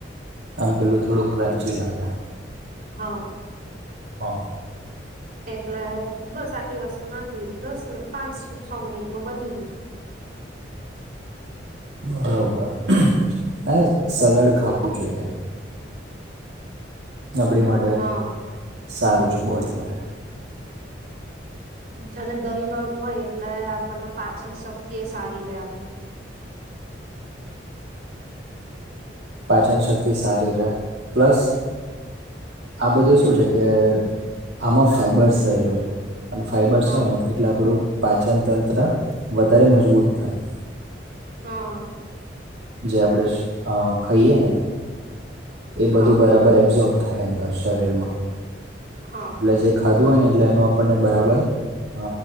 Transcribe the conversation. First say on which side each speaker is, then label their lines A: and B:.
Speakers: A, on the right (about 65°); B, on the right (about 50°).
A: આમ પેલું થોડુંક પ્ર્રંચીલાાગ
B: હા
A: હા
B: એટલે બસ આટલી વસ્તુ નાખી દસ પાંચથી છ મિનિટમાં બની ગય
A: બરોબર ના સલાડ ખાવું જોઈએ આપડી માટેટ
B: હા
A: સારું છે બોડી માટે
B: અને દહીં વાળું હોય એટલે આપણને પાચન શક્તિ એ સારી રે આપણ
A: પાચન શક્તિ સારરા પ્લસ આ બધું
B: હમ
A: શું છે કે આમાં ફાઈબર્સ રહેલો છે અને ફાઈબર્સ
B: હા
A: હોય ને એટલે આપડું પાચન તંત્ર વધારે મજબૂત થાય
B: હા
A: જે આપણે અ ખાઈએ ને એ બધું
B: હા
A: બરાબર એપ્ઝોપ <inaudible> શરીરમાં.
B: હા
A: લજે ખાધું અને એટલે એનું આપણને બરાબર અ